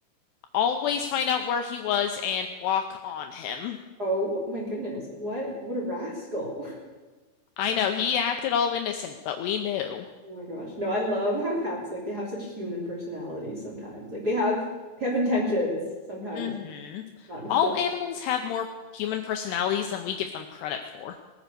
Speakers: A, on the left; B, on the right.
A: always find out where he was and walk on him.
B: Oh my goodness. What what a rascal. <laughs>
A: I know he acted all innocent, but we knew.
B: Oh my gosh. No, I love how cats like they have such human personalities sometimes. Like they have they have intentions sometimes.
A: hmm
B: Not necessarily.
A: All animals have more human personalities than we give them credit for.